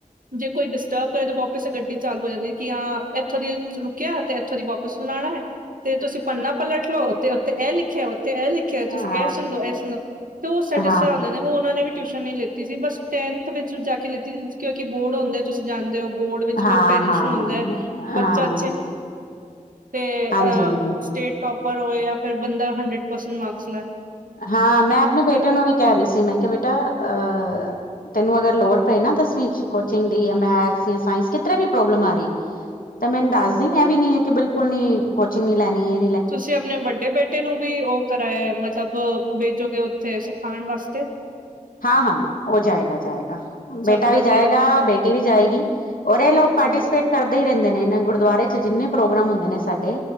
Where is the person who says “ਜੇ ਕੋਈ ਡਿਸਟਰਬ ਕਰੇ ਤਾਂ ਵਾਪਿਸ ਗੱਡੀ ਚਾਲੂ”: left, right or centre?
Right